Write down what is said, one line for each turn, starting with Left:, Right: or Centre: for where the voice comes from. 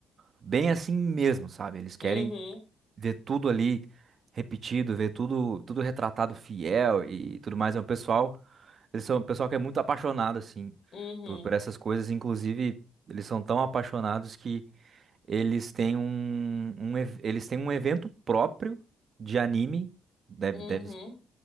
Right: bem assim mesmo, sabe? Eles querem
Left: Uhum,
Right: ver tudo ali repetido, ver tudo, tudo retratado fiel e tudo mais. É um pessoal, eles são um pessoal que é muito apaixonado, assim,
Left: uhum,
Right: por, por essas coisas. Inclusive, eles são tão apaixonados que eles têm um, um ev- eles têm um evento próprio de anime. Deve,
Left: uhum.
Right: deve,